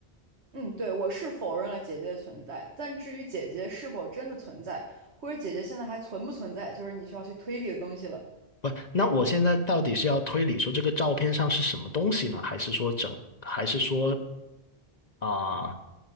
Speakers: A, on the right; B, on the left.
A: 嗯，对，我是否认了姐姐的存在，但至于姐姐是否真的存在，或者姐姐现在还存不存在，就是你需要去推理的东西了。
B: 不，那我现在到底是要推理说这个照片上是什么东西呢？还是说整，还是说啊、